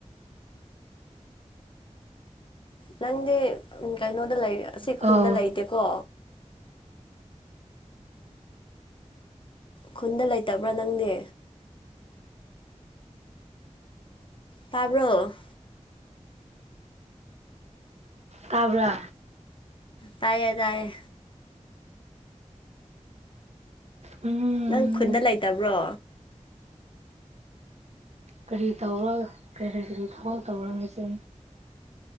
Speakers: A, on the left; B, on the right.
A: ꯅꯪꯗꯤ ꯎ ꯀꯩꯅꯣꯗ ꯂꯩ ꯑꯁꯤ
B: ꯑꯣ
A: ꯈꯨꯟꯗ ꯂꯩꯇꯦꯀꯣ ꯈꯨꯟꯗ ꯂꯩꯇꯕ꯭ꯔꯥ ꯅꯪꯗꯤ ꯇꯥꯕ꯭ꯔꯣ
B: ꯇꯥꯕ꯭ꯔꯥ
A: ꯇꯥꯏꯌꯦ ꯇꯥꯏꯌꯦ
B: ꯎꯝ
A: ꯅꯪ ꯈꯨꯟꯗ ꯂꯩꯇꯕ꯭ꯔꯣ
B: ꯀꯔꯤ ꯇꯧꯔ ꯀꯔꯤ ꯀꯔꯤ ꯊꯕꯛ ꯇꯧꯔ ꯉꯆ